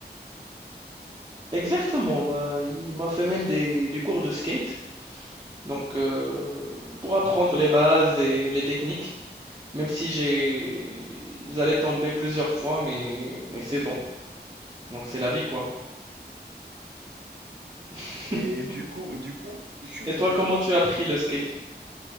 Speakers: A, on the right (about 20°); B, on the right (about 75°).
A: Exactement, bah, il m'a fait même des des cours de skate, donc heu, pour apprendre les bases et les techniques, même si j'ai j'allais tomber plusieurs fois, mais mais c'est bon, donc c'est la vie, quoi. <laughs>
B: Et du coup, du coup, peux-tu me
A: Et toi,
B: dire,
A: comment tu as appris le skate?